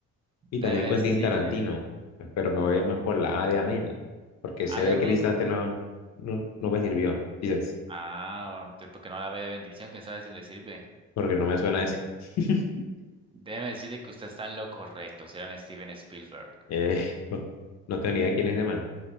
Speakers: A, on the left (about 60°); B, on the right (about 20°).
A: y
B: Déjeme
A: también Quentin
B: decirle,
A: Tarantino. Pero me voy a ir más por la A de Amén, porque
B: ay,
A: C de
B: amén.
A: Cristante no, no, no me sirvió, quizás,
B: Ah, bueno, entonces, ¿por qué no la ve de bendición? ¿Quién sabe si le sirve?
A: porque no me suena ese. <laughs>
B: Déjeme decirle que usted está en lo correcto, si eran Steven Spielberg.
A: Eh, no, no tengo ni idea quién es ese man.